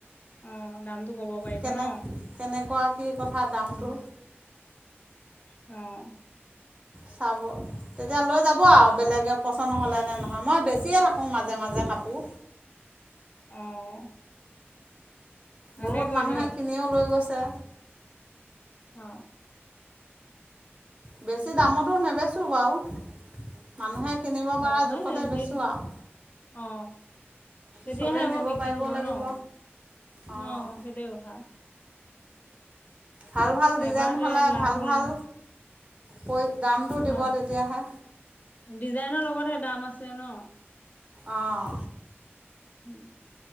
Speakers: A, on the left; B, on the right.
A: অ দামটো ক'ব পাৰিব
B: কেনে
A: ন?
B: কেনেকুৱা কি কথা দামটো
A: উম, অ',
B: চাব তেতিয়া লৈ যাব আৰু বেলেগে পচন্দ হ'লে নে নহয় মই বেছিয়ে থাকোঁ মাজে মাজে কাপোৰ
A: অ', ভালে
B: বহুত
A: কৰে
B: মানুহে
A: দিয়ক
B: কিনিও লৈ গৈছে ছে
A: অ
B: বেছি দামতো নেবেচো বাৰু মানুহে কিনিব
A: অ,
B: পৰা জোখতে
A: এ, যি-অ
B: বেচোঁ আৰু
A: তেতিয়াহে
B: চবেই
A: আকৌ
B: নিব
A: বিক্ৰী
B: পাৰিব
A: হ'ব
B: লাগিব
A: ন।
B: অঁ
A: অ, সেইটেই কথা।
B: ভাল, ভাল ডিজাইন
A: এবাৰতে
B: হলে
A: লাভ
B: ভাল,
A: হ'লে
B: ভাল
A: নহয়
B: প <unintelligible> দামটো দিব
A: অ'
B: তেতিয়াহে।
A: ডিজাইনৰ লগতহে দাম আছে। তে ন
B: আহঁ।
A: উম।